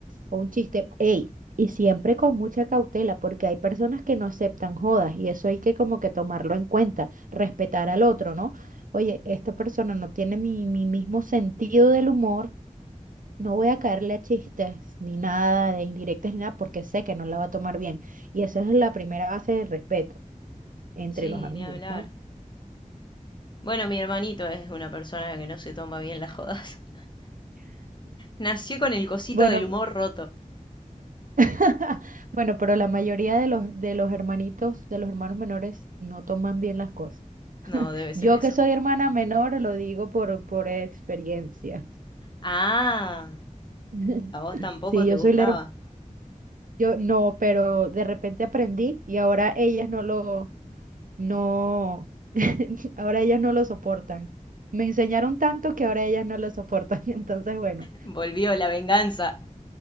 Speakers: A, on the right (about 75°); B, on the left (about 35°).
A: o un chiste, ey, y siempre con mucha cautela, porque hay personas que no aceptan jodas y eso hay que como que tomarlo en cuenta, respetar al otro, ¿no? Oye, esta persona no tiene mi, mi mismo sentido del humor, no voy a caerle a chistes ni nada de indirectas ni nada porque sé que no la va a tomar bien. Y esa es la primera base del respeto entre
B: Sí,
A: los amigos,
B: ni hablar.
A: ¿no?
B: Bueno, mi hermanito es una persona que no se toma bien las jodas. <laughs> Nació con el cosito
A: Bueno,
B: del humor roto.
A: <laughs> bueno, pero la mayoría de los, de los hermanitos, de los hermanos menores, no toman bien las cosas.
B: No, debe ser
A: Yo
B: eso.
A: que soy hermana menor, lo digo por, por experiencia.
B: Ah,
A: <laughs>
B: a vos tampoco
A: Sí,
B: te
A: yo
B: gustaba.
A: soy la hermana, yo no, pero de repente aprendí y ahora ellas no lo, no, <laughs> ahora ellas no lo soportan. Me enseñaron tanto que ahora ellas no lo soportan. <laughs> Entonces, bueno,
B: Volvió la venganza.